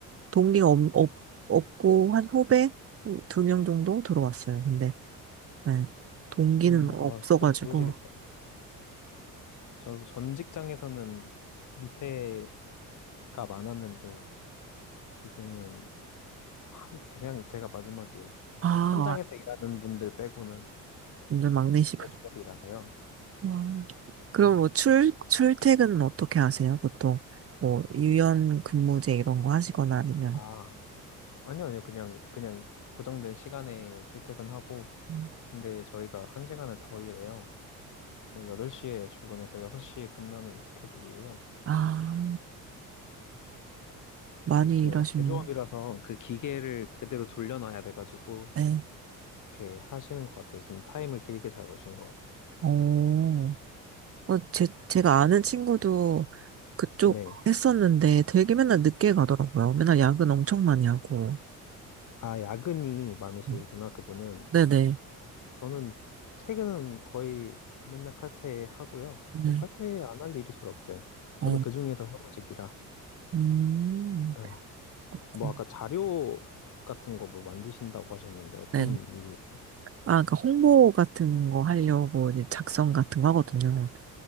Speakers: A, on the right (about 40°); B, on the left (about 60°).
A: 동기가 없, 없, 없고, 한 후배? 두 명 정도 들어왔어요. 근데, 네, 동기는
B: 음,
A: 없어가지고.
B: 아, 그래도 좋으시겠다. 저도 전 직장에서는 밑에가 많았는데, 지금은, 한, 그냥 제가 마지막이에요.
A: 아,
B: 현장에서 일하는 분들 빼고는
A: 완전 막내시군.
B: 대직업이라서요
A: 음. 그럼
B: 음,
A: 뭐, 출, 출퇴근은 어떻게 하세요? 보통, 뭐, 유연 근무제 이런 거 하시거나 아니면.
B: 아, 아니요, 아니요. 그냥, 그냥 고정된 시간에 출퇴근하고,
A: 음.
B: 근데 저희가 한 시간을 더 일해요. 8시에 출근해서 6시에 끝나는 스케줄이에요.
A: 아, 많이
B: 글쎄요.
A: 일하시는
B: 음. 제조업이라서 그 기계를 그대로 돌려놔야 돼가지고,
A: 네.
B: 이렇게 하시는 것 같아요. 좀 타임을 길게 잡으시는 것 같아요.
A: 오오 어, 제, 제가 아는 친구도 그쪽
B: 네.
A: 했었는데 되게 맨날 늦게 가더라고요. 맨날 야근 엄청 많이 하고.
B: 아, 야근이 많으시구나,
A: 음.
B: 그분은.
A: 네네.
B: 저는 퇴근은 거의 맨날 칼퇴하고요.
A: 네.
B: 뭐, 칼퇴 안 할 일이 잘 없어요. 저는
A: 어,
B: 그중에서 사무직이라.
A: 음,
B: 아,
A: 그렇군.
B: 뭐, 아까 자료 같은 거 뭐 만지신다고 하셨는데, 어떤
A: 네네.
B: 일이?
A: 아, 그러니까 홍보 같은 거 하려고 이제 작성 같은 거 하거든요.